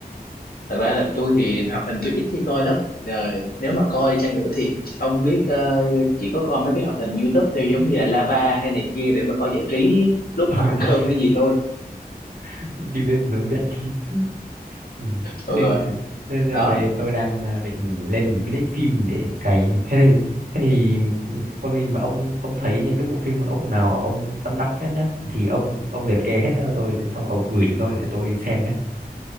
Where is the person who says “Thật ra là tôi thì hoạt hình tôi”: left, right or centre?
Left